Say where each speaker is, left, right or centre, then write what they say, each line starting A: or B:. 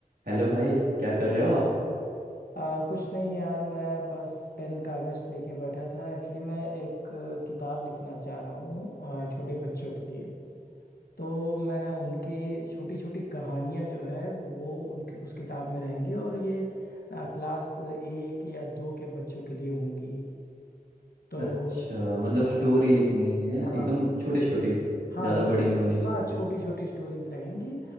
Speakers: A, on the right; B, on the left.
A: Hello भाई क्या कर रहे हो आप
B: आ, कुछ नहीं यार मैं बस पेन कागज लेके बैठा था एक्चुअली मैं एक अ, किताब लिखना चाह रहा हूँ छोटे बच्चों के लिए तो मैं उनके छोटी छोटी कहानियाँ जो है वो उनकी उस किताब में रहेंगी और ये अ, क्लास एक या दो के बच्चों के लिए होंगी तो
A: अच्छा मतलब
B: हाँ
A: स्टोरी लिखनी है
B: हाँ
A: एकदम छोटे छोटे
B: हाँ
A: ज़्यादा
B: हाँ
A: बड़ी नहीं होनी
B: हाँ
A: चाहिए
B: छोटी छोटी स्टोरीज रहेंगी